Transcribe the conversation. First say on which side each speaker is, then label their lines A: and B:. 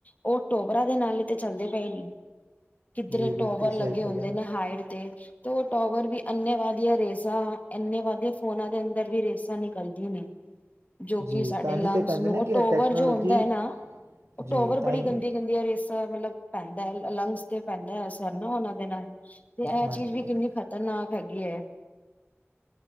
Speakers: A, on the left; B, on the right.
A: ਉਹ। ਟੋਬਰਾ ਦੇ ਨਾਲ ਹੀ ਤੇ ਚੱਲਦੇ ਪਏ ਨੀ। ਕਿੱਧਰੇ
B: ਜੀ ਬਿਲਕੁਲ
A: ਟੋਵਰ ਲੱਗੇ
B: ਸਹੀ ਗੱਲ
A: ਹੁੰਦੇ
B: ਹੈ
A: ਨੇ ਹਾਈਟ ਤੇ। ਤੇ ਉਹ ਟੋਵਰ ਵੀ ਇੰਨੇ ਵਧਆ ਰੇਸਾਂ ਇੰਨੇ ਵਧਆ ਫੋਨਾਂ ਦੇ ਅੰਦਰ ਵੀ ਰੇਸਾਂ ਨਿਕਲਦੀ ਨੇ ਜੋ
B: ਜੀ
A: ਕਿ ਸਾਡੇ
B: ਤਾਂ
A: ਲੰਗਸ
B: ਹੀ ਤੇ ਕਹਿੰਦੇ
A: ਨੂੰ
B: ਨੇ
A: ਉਹ
B: ਕਿ ਇਹ
A: ਟੋਵਰ
B: ਟੈਕਨੋਲੋਜੀ
A: ਜੋ ਹੁੰਦਾ ਹੈ ਨਾ ਉਹ ਟੋਵਰ
B: ਜੀ ਤਾਂ
A: ਬੜੀ
B: ਹੀ
A: ਦੀਆਂ ਰੇਸਾਂ ਮਤਲਬ ਪੈਂਦਾ ਹੈ ਲੰਗਸ ਤੇ ਪੈਂਦਾ ਹੈ ਨਾ ਉਹਨਾਂ ਦੇ ਨਾਲ ਤੇ ਇਹ
B: ਹਾਂਜੀ
A: ਚੀਜ਼ ਵੀ ਕਿੰਨੀ ਖ਼ਤਰਨਾਕ ਹੈਗੀ ਹੈ